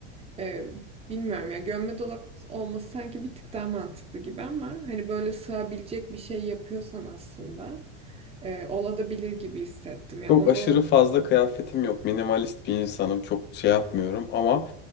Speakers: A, on the right; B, on the left.
A: Ee, bilmiyorum ya gömme dolap olması sanki bir tık daha mantıklı gibi ama hani böyle sığabilecek bir şey yapıyorsan aslında e, olabilir gibi hissettim ya
B: Çok
A: onu
B: aşırı fazla kıyafetim yok. Minimalist bir insanım. Çok şey yapmıyorum ama